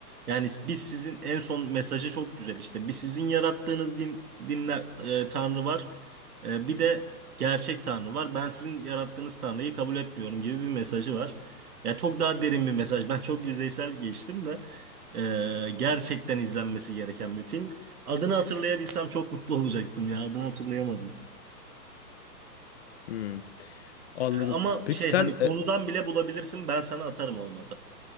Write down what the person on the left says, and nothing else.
Hmm, anladım.
Peki
sen
e,